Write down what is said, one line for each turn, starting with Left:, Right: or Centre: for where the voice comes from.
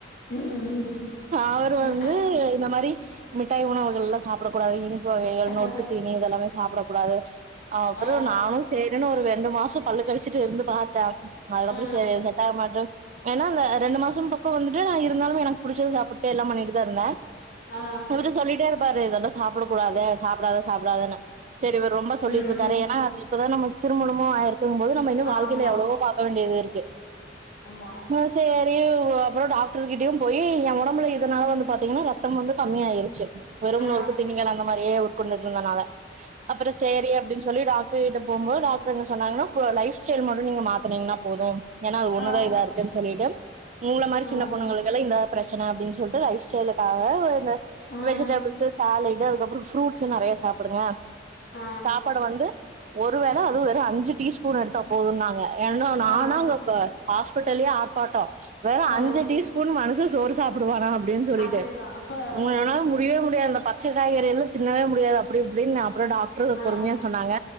Left: ம் ம்
Right: அவரு
Left: ஆ
Right: வந்து இந்த மாரி மிட்டாய் உணவுகள் எல்லாமா சாப்பிடக்க கூடாது வகைகள் நொறுக்கு
Left: ஆ
Right: தீனி இதெல்லாமே சாப்பிடக்க கூடாது அப்பறம்
Left: ஆ ஆ
Right: நானும் செய்றேன்னு ஒரு ரெண்டு மாசம் பல்லு கடுச்சுட்டு இருந்து பார்த்தேன் அதுக்கப்பறம்
Left: ஆ
Right: சேரி செட்ட ஆ மாட்டோம் ஏன்னா அந்த ரெண்டு மாசும் பக்கம் வந்து நா இருந்தாலும் எனக்கு புடிச்சது எல்லாம் சாப்பிட்டு எல்ல பண்ணிட்டுதான் இருந்தேன்
Left: ஆ
Right: இவரு சோல்லிட்டேஇ இருப்பாரு இதெல்லாம் சாப்பிடக் கூடாது சாப்பிடாத சாப்பிடாததுன்னு சேரி இவர் ரொம்ப சொல்லிட்டு
Left: ம்
Right: இருக்காரு ஏன்னா அது இப்பதான் நம் திருமணம் மூவாயிரம் இருக்கும் போது நம்ம இன்னும்
Left: ஆமா
Right: வாழ்க்கையில எவ்வளவோ
Left: ஆமா
Right: பார்க்க வேண்டியது இருக்கு
Left: ஆ
Right: அத அப்புறம் டாக்டர் கிட்டயும் போய் என் உடம்புல இதனால வந்து பாத்தீங்கன்னா ரத்தம் வந்து கம்மிய ஆயிச்சு வெறும்
Left: ஆ
Right: நேருக்கு திணிகள் அந்த மாரியே உட்கொண்டுட்டு இருந்தனால அப்புறம் சரி அப்படின்னு சொல்லி டாக்ட டாக்டர்கட்ட போகும் போது சொன்னாங்கன்னா லைப் ஸ்டைல் மட்டும் நீங்க மாத்தனீங்கன்னா போதும் ஏன்னா அது ஒண்ணுதான்
Left: ஆ
Right: இதா இருக்குன்னு சொல்லிட்டு உங்கள மாரி
Left: ஆ
Right: சின்ன பொண்ணுங்களுக்குல்லாம் இந்த பிரச்சனை அப்படின்னு சொல்லிட்டு லைஃப் ஸ்டைலுக்காக
Left: ஆ
Right: வெஜிட்டேபல் சாபில் அதுப்புறம் ஃப்ரட்ஸ் நிறைய சாப்பிடுங்க
Left: ஆ
Right: சாப்பாடு வந்து ஒரு வேலை அதுவும் ஒரு அஞ்சு டீ ஸ்பூன் எடுத்தா போதும்ன்னாங்க என்னா நானா
Left: ஆ
Right: அங்க ஹாஸ்பிட்டல்லேயே ஆர்ப்பாட்டம் வேற
Left: ஆ
Right: அஞ்சு டீஸ்பூன் மனசு சோர் சாப்படுவானா அப்படின்னு சொல்லிடே
Left: அதேதா ஆ
Right: உங்க எவன்னாலும் முடியவே முடியாதுடா பச்சை காய்கறி எல்லாம் தின்னவே முடியாது அப்டி இப்டின்னு அப்புறம் டாக்டர்
Left: ஆ
Right: பொறுமையா சொன்னாங்க